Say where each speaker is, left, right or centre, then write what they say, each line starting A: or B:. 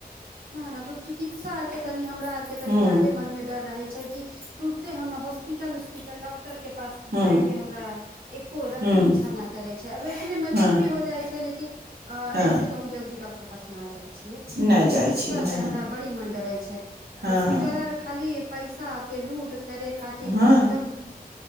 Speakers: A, on the right (about 70°); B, on the right (about 80°).
A: ना ना तो चिकित्सा के तनी हमरा आर के तनी
B: हूँ
A: जादे मन मे डर रहै छै कि तुरते ह हॉस्पिटल उस्पिटल डॉक्टर के पास
B: हूँ
A: जाय के हमरा एक्को रति
B: हूँ
A: इच्छा ना करै छै अब अखने मजबूरी
B: हँ
A: हो जाइ छै लेकिन अऐेसे
B: हँ
A: तो हम जल्दी डॉक्टर के पास के जाइ छी चिकित्सा
B: नहि जाइ छी
A: से
B: हँ
A: हमरा बड़ी मन डरै छैत
B: हँ
A: हाॅस्पिटल आर खाली पैसा के लूट करे खातिर
B: हँ
A: एकदम